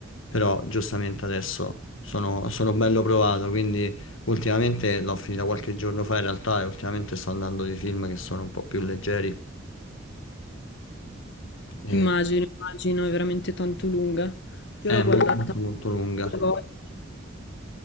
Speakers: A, on the left (about 80°); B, on the left (about 60°).
A: però giustamente adesso sono, sono bello provato, quindi ultimamente l'ho finita qualche giorno fa in realtà e ultimamente sto andando di film che sono un po' più leggeri. E-
B: Immagino, immagino, è veramente tanto lunga. Io
A: è
B: l'ho
A: mo-
B: guardata
A: molto molto lunga.
B: due volte